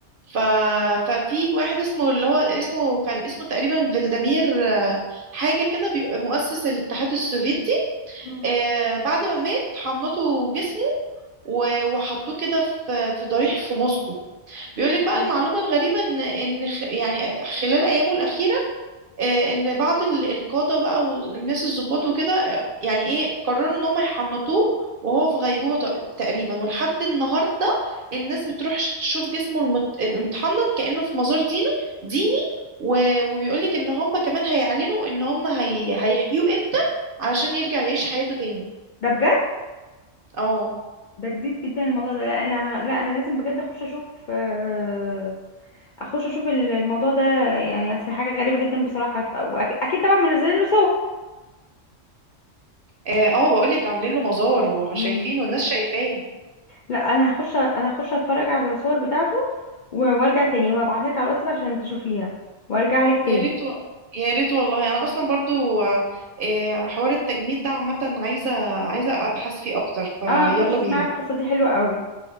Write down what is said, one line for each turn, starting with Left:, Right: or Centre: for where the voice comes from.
Right: ف... ففي واحد اسمه اللي هو اسمه كان اسمه تقريبا فلاديمير آه، حاجة كده بي... مؤسس الاتحاد السوفيتي
Left: مم.
Right: آه، بعد ما مات حملته جسمه و... وحطوه كده في في ضريح في موسكو بيقولك
Left: اوكي
Right: بقى المعلومة الغريبة ان ان خ- يعني خلال ايامه الأخيرة آه، ان بعض ال- القاده بقى والناس الضباط وكده آه، يعني ايه قرروا ان هم يحنطوه وهو في غيبوبه تق- تقريبا ولحد النهارده الناس بتروح ش- تشوف جسمه المت- المتحنط كانه في مزار دينه ديني و- وبيقولك ان هم كمان هيعلنوا ان هم هي هيحيوه امتى علشان يرجع يعيش حياته تاني
Left: ده بجد
Right: اه
Left: ده جديد جدا الموضوع ده لا انا لا انا لازم بجد اخش اشوف آه، اخش اشوف ال- الموضوع ده يعني أصل حاجه غريبه جدا بصراحه واكيد طبعا منزلين له
Right: اه آه، بقولك عاملين له مزار وشايفينه
Left: صور
Right: الناس شايفاه
Left: لا انا هخش انا هخش اتفرج على الصور بتاعته و- وارجع تاني وهبعتها لك على الواتساب عشان تشوفيها وارجع لك
Right: يا
Left: تاني
Right: ريت و... يا ريت والله انا اصلا برضو آه، آه، حوار التجميد ده عامه عايزه عايزه ابحث فيه اكتر
Left: اه خش
Right: فيلا
Left: اسمعي
Right: بينا
Left: القصة دي حلوة قوي